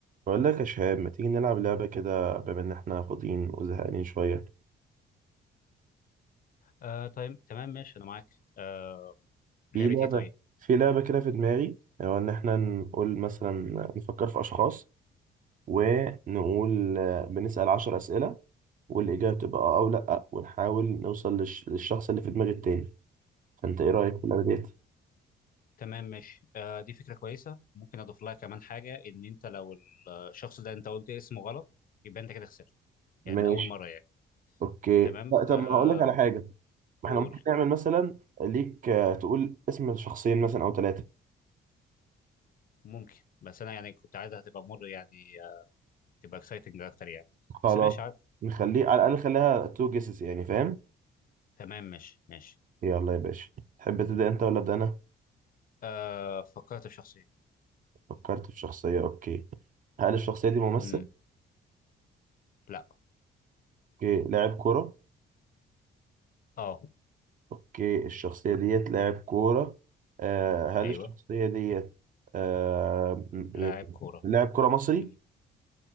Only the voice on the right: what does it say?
بقول لك يا شهاب ما تيجي نلعب لعبة كده بما إن إحنا فاضيين وزهقانين شوية
في
لعبة
في لعبة كده في دماغي هو إن إحنا نقول مثلا نفكر في أشخاص ونقول آه، بنسأل عشر أسئلة والإجابة تبقى آه أو لأ ونحاول نوصل للش- للشخص اللي في دماغ التاني فأنت إيه رأيك في اللعبة ديت؟
ماشي
أوكي
لا
طب ما هقول لك على حاجة ما
إحنا ممكن نعمل مثلا ليك آه، تقول اسم شخصين مثلا أو ثلاثة
خلاص
نخليه على الأقل خليها تو جيسز يعني فاهم؟
يلا يا باشا تحب تبدأ أنت ولا أبدأ أنا؟
فكرت في شخصية أوكي هل الشخصية دي ممثل؟
أوكي لاعب كورة؟
أوكي الشخصية ديت لاعب كورة آه هل
الشخصية ديت آه م- يعني
لاعب كورة مصري؟